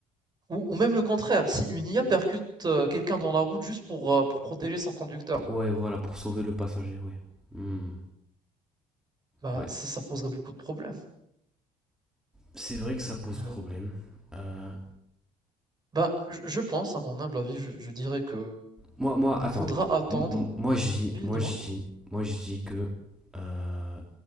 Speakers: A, on the right (about 30°); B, in the centre.
A: Ou, ou même le contraire, si une IA percute euh, quelqu'un dans la route juste pour, euh, pour protéger son conducteur,
B: ouais, voilà, pour sauver le passager, ouais. Hmm,
A: bah,
B: Ouais.
A: ça, ça poserait beaucoup de problèmes.
B: C'est vrai que ça pose
A: Euh,
B: problème. Euh,
A: bah, je, je pense, à mon humble avis, je, je dirais que
B: moi, moi, attends.
A: faudra attendre.
B: M- m- moi, je dis,
A: Oui,
B: moi,
A: dis-moi.
B: je dis, moi, je dis que euh,